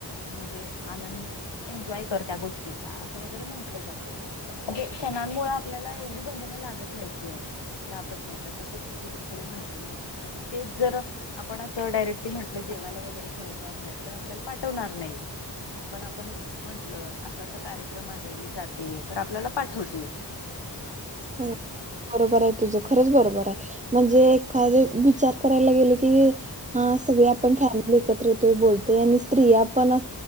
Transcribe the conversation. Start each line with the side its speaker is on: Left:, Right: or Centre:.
Left: म्हणजे आनंद एन्जॉय कर त्या गोष्टी वरे म्हट जाते म्हणजे सणांमुळे आपल्याला एवढी बंधनं लागत नाही लाभत नाही आता जसं की बघ तुला म्हटलं तेच जर आपण असं डायरेक्टली म्हटलं जेवायला वगैरे जाऊ का बाहेर तर आपल्याला पाठवणार नाहीत पण आपण म्हंटल असा असा कार्यक्रम आहे मी जाते तर आपल्याला पाठवते
Right: हो बरोबर आहे तुझं खरच बरोबर आहे म्हणजे एखादे विचार करायला गेले की हा सगळे आपण फॅमिली एकत्र येतो बोलतो स्त्र पण